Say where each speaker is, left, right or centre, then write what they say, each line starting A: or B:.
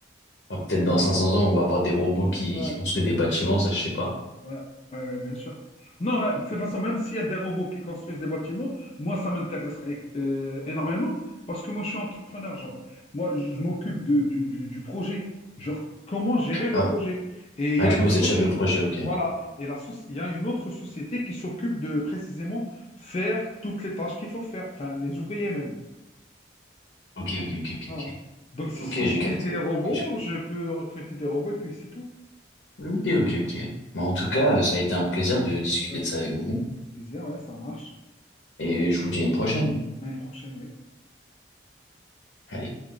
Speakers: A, on the left (about 70°); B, on the left (about 35°).
A: ah, peut-être dans 500 ans, on va avoir des robots qui,
B: Ouais,
A: qui construisent des bâtiments, ça je sais
B: ouais,
A: pas.
B: ouais, ouais, ouais, bien sûr. Non, mais de toute façon, même s'il y a des robots qui construisent des bâtiments, moi, ça m'intéresserait euh, énormément parce que moi, je suis entrepreneur. Genre, moi, je m'occupe de- du, du- du projet. Genre, comment gérer le
A: Ah,
B: projet? Et
A: ah,
B: il y a
A: du
B: une,
A: coup, vous
B: so-
A: êtes chef
B: une-
A: de projet, ok.
B: voilà. Et la soci- il y a une autre société qui s'occupe de précisément faire toutes les tâches qu'il faut faire, enfin, les ouvriers même.
A: Ok, ok, ok, ok,
B: Voilà.
A: ok.
B: Donc, si
A: Ok, j'ai
B: si
A: capté.
B: c'est des
A: Ok,
B: robots,
A: j'ai-
B: je peux recruter des robots et puis c'est tout.
A: ok, ok. ok. Bon, en tout cas, ça a été un plaisir de discuter
B: Ouais.
A: de ça avec vous,
B: Plaisir, ouais, ça marche.
A: et je vous dis à une prochaine.
B: À une prochaine, oui.
A: Allez.